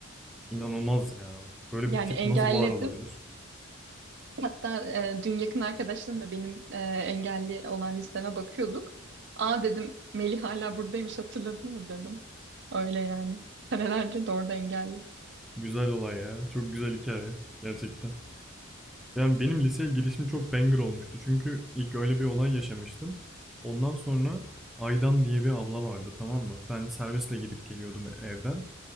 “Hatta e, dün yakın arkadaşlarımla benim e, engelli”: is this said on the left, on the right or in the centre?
Right